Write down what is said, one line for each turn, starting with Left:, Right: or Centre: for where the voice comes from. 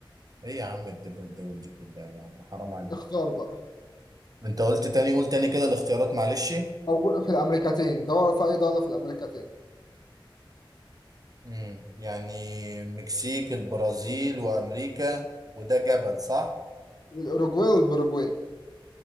Right: ايه يا عم الدول الدول دي كلها يا عم حرام عليك
Left: اختار بقى
Right: انت قلت تاني قول تاني كده الاختيارات معلش
Left: أو في الأمريكتين دور في أي دولة في الأمريكتين
Right: امم يعني مكسيك البرازيل وامريكا وده جبل صح
Left: والأوروجواي والبروجواي